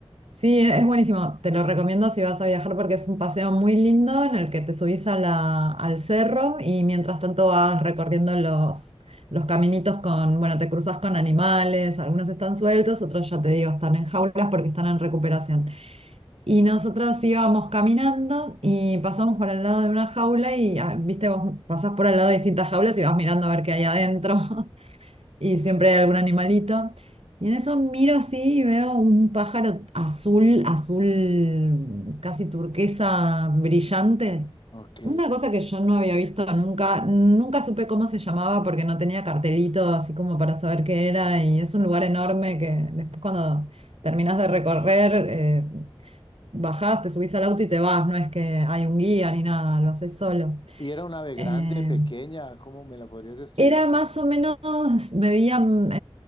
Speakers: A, on the right; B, on the left.
A: sí, es buenísimo. Te lo recomiendo si vas a viajar porque es un paseo muy lindo en el que te subís a la, al cerro y mientras tanto vas recorriendo los, los caminitos con, bueno, te cruzas con animales, algunos están sueltos, otros ya te digo, están en jaulas porque están en recuperación. Y nosotras íbamos caminando y pasamos por al lado de una jaula y, ah, viste, vos pasás por al lado de distintas jaulas y vas mirando a ver qué hay adentro y siempre hay algún animalito. Y en eso miro así y veo un pájaro azul, azul, casi turquesa, brillante.
B: Ok.
A: Una cosa que yo no había visto nunca, nunca supe cómo se llamaba porque no tenía cartelito así como para saber qué era y es un lugar enorme que después cuando terminás de recorrer, eh, bajás, te subís al auto y te vas, no es que hay un guía ni nada, lo haces solo.
B: Y era una ave grande,
A: Eh,
B: pequeña, ¿cómo me la podrías describir
A: era
B: un
A: más
B: poco?
A: o menos, medían,